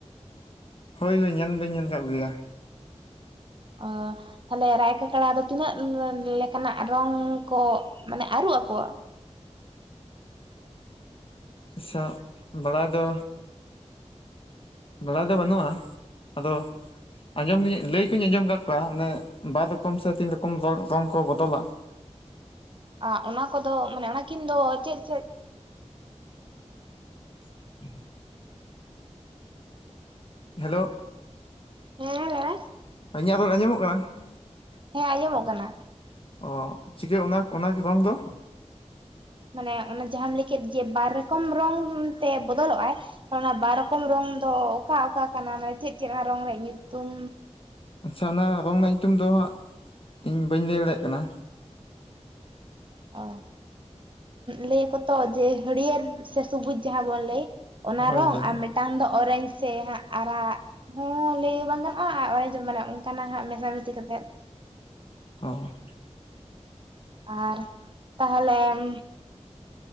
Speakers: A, on the left; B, on the right.
A: ᱦᱳᱭ ᱦᱳᱭ ᱧᱮᱞ ᱫᱚᱧ ᱧᱮᱞ ᱟᱠᱟᱫ ᱜᱮᱭᱟ᱾
B: ᱚ ᱛᱟᱦᱚᱞᱮ ᱨᱟᱭ ᱠᱟᱠᱲᱟ ᱫᱚ ᱛᱤᱱᱟᱹᱜ ᱞᱮᱠᱟᱱᱟᱜ ᱨᱚᱝ ᱠᱚ, ᱢᱟᱱᱮ ᱟᱹᱨᱩ ᱟᱠᱚᱣᱟᱜ᱾
A: ᱟᱪᱪᱷᱟ ᱵᱟᱲᱟᱭ ᱫᱚ, ᱵᱟᱲᱟᱭ ᱫᱚ ᱵᱟᱹᱱᱩᱜᱼᱟ᱾ ᱟᱫᱚ ᱟᱸᱡᱚᱢ ᱞᱟᱹᱭ ᱠᱚᱧ ᱟᱸᱡᱚᱢ ᱟᱠᱟᱫ ᱠᱚᱣᱟ ᱚᱱᱮ ᱵᱟᱨ ᱨᱚᱠᱚᱢ ᱥᱮ ᱛᱤᱱ ᱨᱚᱠᱚᱢ ᱨᱚᱝ ᱠᱚ ᱵᱚᱫᱚᱞᱟ᱾
B: ᱟ, ᱚᱱᱟ ᱠᱚᱫᱚ ᱢᱟᱱᱮ ᱚᱱᱟᱠᱤᱱ ᱫᱚ ᱪᱮᱫ ᱪᱮᱫ?
A: <inaudible> ᱦᱮᱞᱳ
B: ᱦᱮᱸ ᱞᱮᱢᱮ
A: ᱤᱧᱟᱹᱜ ᱨᱚᱲ ᱟᱸᱡᱚᱢᱚᱜ ᱠᱟᱱᱟ ᱾
B: ᱦᱮᱸ ᱟᱸᱡᱚᱢᱚᱜ ᱠᱟᱱᱟ᱾
A: ᱚ ᱪᱤᱠᱟᱹ ᱚᱱᱟ ᱚᱱᱟ ᱨᱚᱝ ᱫᱚ,
B: ᱢᱟᱱᱮ ᱚᱱᱟ ᱡᱟᱦᱟᱸ ᱞᱟᱹᱭ ᱠᱮᱫ ᱡᱮ ᱵᱟᱨ ᱨᱚᱠᱚᱢ ᱨᱚᱝ ᱛᱮ ᱵᱚᱫᱚᱞᱚᱜᱼᱟᱭ ᱚᱱᱟ ᱵᱟᱨ ᱨᱚᱠᱚᱢ ᱨᱚᱝ ᱫᱚ ᱚᱠᱟ ᱚᱠᱟ ᱠᱟᱱᱟ ᱢᱟᱱᱮ ᱪᱮᱫ ᱪᱮᱫ ᱚᱱᱟ ᱨᱚᱝ ᱨᱮᱭᱟᱜ ᱧᱩᱛᱩᱢ?
A: ᱟᱪᱷᱟ ᱚᱱᱟ ᱨᱚᱝ ᱨᱮᱱᱟᱜ ᱧᱩᱛᱩᱢ ᱫᱚ ᱦᱟᱸᱜ ᱤᱧ ᱵᱟᱹᱧ ᱞᱟᱹᱭ ᱫᱟᱲᱮᱭᱟᱜ ᱠᱟᱱᱟ᱾
B: ᱚ ᱞᱟᱹᱭ ᱟᱠᱚ ᱛᱚ ᱡᱮ ᱦᱟᱹᱨᱭᱟᱹᱲ ᱥᱮ ᱥᱩᱵᱩᱡ ᱡᱟᱦᱟᱸ ᱵᱚᱱ ᱞᱟᱹᱭ ᱚᱱᱟ
A: ᱦᱳᱭ
B: ᱨᱚᱝ
A: ᱦᱳᱭ
B: ᱟᱨ
A: ᱦᱳᱭ
B: ᱢᱤᱫᱴᱟᱝ ᱫᱚ ᱚᱨᱮᱧᱡᱽ ᱥᱮ ᱦᱟᱸᱜ ᱟᱨᱟᱜ ᱦᱚ ᱞᱟᱹᱭ ᱵᱟᱝ ᱜᱟᱱᱚᱜᱼᱟ ᱟᱨ ᱚᱨᱮᱡᱽ ᱢᱟᱱᱮ ᱚᱱᱠᱟᱱᱟᱜ ᱦᱟᱸᱜ ᱢᱮᱥ ᱢᱮᱤᱥᱤ ᱠᱟ ᱠᱟᱛᱮᱫ,
A: <unintelligible>
B: ᱟᱨ ᱛᱟᱦᱚᱞᱮᱢ